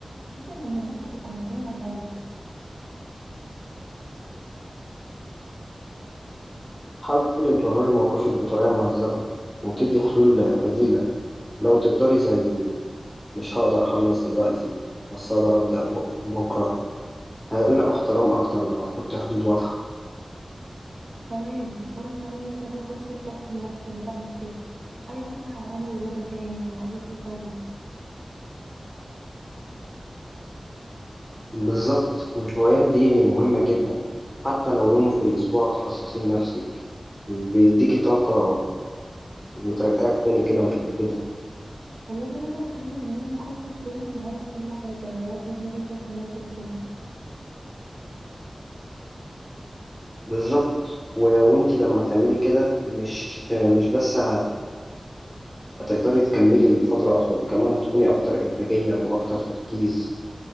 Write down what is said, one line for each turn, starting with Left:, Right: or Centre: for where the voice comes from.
Right: خصوصا لما الناس بتبقى معتمده عليا
Centre: حاولي تبرري موقفك بطريقة مهذبة وتدي حلول بديلة لو تقدري زي مش هقدر أخلص دلوقتي بس أقدر أبدأ بك- بكرة هيلاقوا احترام أكتر لما تحطي حدود واضحة
Right: تمام وانا كمان محتاجه اخصص وقت لنفسي بعيد عن الشغل عايزه ارجع اعمل رياضه تاني واقابل صحابي
Centre: بالظبط والهوايات دي مهمة جدا حتى لو يوم في الأسبوع تخصصي لنفسك بيديكي طاقة وترجعك تاني كده متجددة
Right: وبرضه لازم اتعلم ان انا ما اخدش الشغل معايا في كل حاجه وادي دماغي فرصه ان هي تفصل
Centre: بالظبط و... وانتي لما تعملي كده مش مش بس هتقدري تكملي من فترة أطول كمان هتكوني أكتر إنتاجية وأكتر تركيز